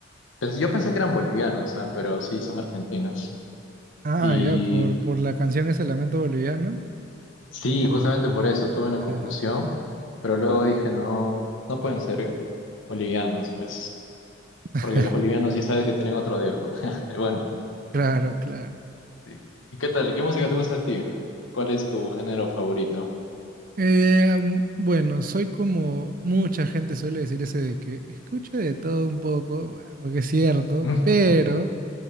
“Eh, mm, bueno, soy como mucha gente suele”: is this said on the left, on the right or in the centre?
Right